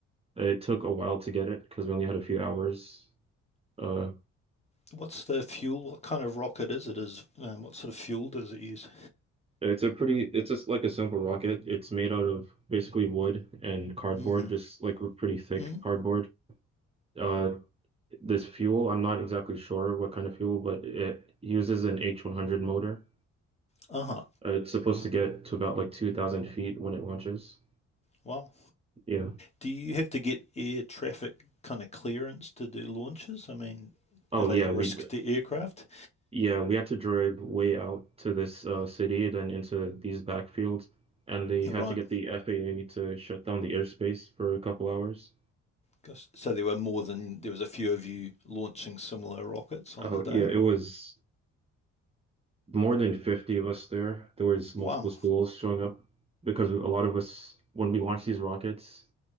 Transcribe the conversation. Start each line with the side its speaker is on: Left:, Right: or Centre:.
Right: It took a while to get it because we only had a few hours. Uh,
Left: What's the fuel? What kind of rocket is it? Is um, what sort of fuel does it use?
Right: it's a pretty, it's just like a simple rocket. It's made out of basically wood and cardboard,
Left: hmm
Right: just like pretty thick
Left: mm
Right: cardboard. Uh, This fuel, I'm not exactly sure what kind of fuel, but it uses an H100 motor.
Left: Uh huh.
Right: Uh, It's supposed to get to about like 2,000 feet when it launches.
Left: Wow.
Right: Yeah.
Left: Do you have to get air traffic kind of clearance to do launches? I mean,
Right: Oh
Left: are they
Right: yeah,
Left: a risk
Right: we d-
Left: to aircraft?
Right: yeah, we had to drive way out to this uh, city, then into these backfields, and they
Left: Right.
Right: had to get the FAA to shut down the airspace for a couple hours.
Left: 'Cause- So there were more than there was a few of you launching similar rockets on
Right: Oh
Left: the day.
Right: yeah, it was more than 50 of us there. There was multiple
Left: Wow.
Right: schools showing up because a lot of us, when we launched these rockets,